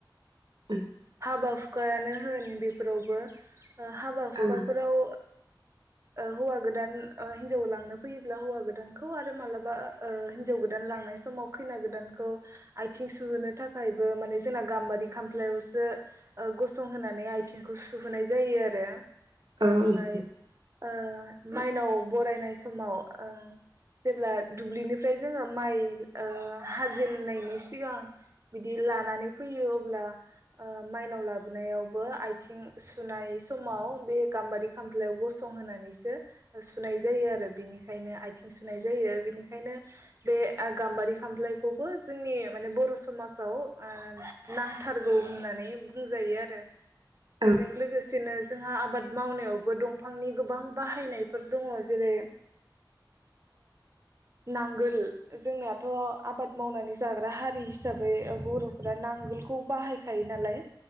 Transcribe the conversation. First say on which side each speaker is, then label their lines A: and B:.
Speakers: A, on the right; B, on the right.
A: <inaudible>
B: हाबा हुखायानो होन बेफोरावबो। हाबा हुखाफोराव।
A: ओं
B: हौवा गोदान हिनजाव लांनो फैयोब्ला हौवा गोदानखौ आरो मालाबा हिनजाव गोदान लांनाय समाव खैना गोदानखौ आथिं सुहोनो। थाखायबो माने जोंना गाम्बारि खामफ्लायावसो गसंहोनानै आथिंखौ सुहोनाय जायो आरो।
A: ओं
B: बेनिफ्राय ओ। माइनाव बरायनाय समाव जेब्ला दुब्लिनिफ्राय जोङो माइ हाजेननायनि सिगां। बिदि लानानै फैयो अब्ला माइनाव लाबोनायावबो आथिं सुनाय समाव बे गाम्बारि खामफ्लायाव गसंहोनानैसो सुनाय जायो आरो बिनिखायनो आथिं सुनाय जायो बिनिखायनो बे गाम्बारि खामफ्लायखौबो जोंनि माने बर समाज। नांथारगौ होननानै बुंजायो आरो
A: ओं
B: बेजों लोगोसेनो जोंहा आबाद मावनायावबो दंफांनि गोबां बाहायनायफोर दङ जेरै नांगोल जोंनाथ आबाद मावनानै जाग्रा हारि हिसाबै। बै बर'फ्रा नांगोलखौ बाहाय खायो नालाय।